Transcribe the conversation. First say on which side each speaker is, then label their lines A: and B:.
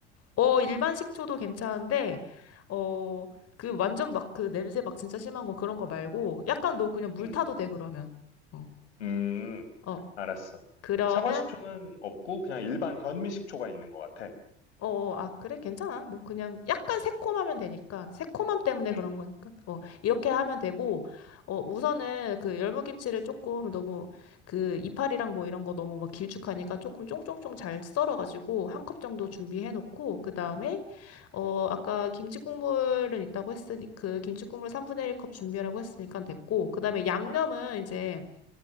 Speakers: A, on the left; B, on the left.
A: 어, 일반 식초도 괜찮은데, 어, 그 완전 막 그 냄새 막 진짜 심한 거 그런 거 말고, 약간 너 그냥 물
B: 음,
A: 타도 돼, 그러면. 어,
B: 음,
A: 어,
B: 알았어.
A: 그러면
B: 사과 식초는 없고 그냥 일반 현미 식초가 있는 것 같아.
A: 어, 아, 그래? 괜찮아. 뭐, 그냥 약간 새콤하면 되니까. 새콤함 때문에
B: 음.
A: 그런 거니까. 어, 이렇게 하면 되고, 어, 우선은 그 열무김치를 조금 너무 그 이파리랑 뭐 이런 거 너무 막 길쭉하니까 조금 쫑쫑쫑 잘 썰어가지고 한 컵 정도 준비해놓고, 그 다음에, 어, 아까 김치 국물은 있다고 했으니, 그 김치 국물 3분의 1컵 준비하라고 했으니까 됐고, 그 다음에 양념은 이제